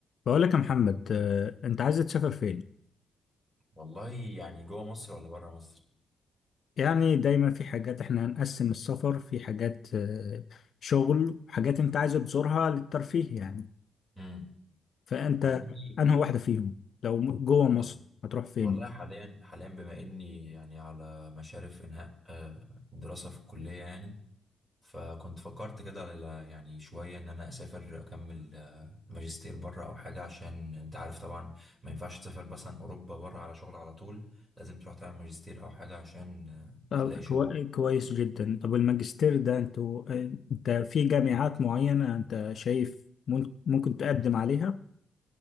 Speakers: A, on the left (about 60°); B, in the centre.
A: بقول لك يا محمد آه، انت عايز تسافر فين
B: والله يعني جوه مصر ولا بره مصر
A: يعني دايما في حاجات احنا هنقسم السفر في حاجات آه، شغل حاجات انت عايز تزورها للترفيه يعني
B: امم
A: فانت
B: والله
A: انهي واحدة فيهم لو م- جوه
B: والله
A: مصر هتروح فين
B: والله حاليا حاليا بما اني يعني على مشارف انهاء آه، الدراسه في الكليه يعني فكنت فكرت كده على- يعني شويه ان انا اسافر اكمل آه، ماجستير بره او حاجه عشان انت عارف طبعا ما ينفعش تسافر مثلا اوروبا بره على شغل على طول لازم تروح تعمل ماجستير او حاجه عشان آه،
A: طب
B: تلاقي شغل
A: كو- كويس جدا طب الماجستير ده انتوا آه، انت في جامعات معينة انت شايف ممكن ممكن تقدم عليها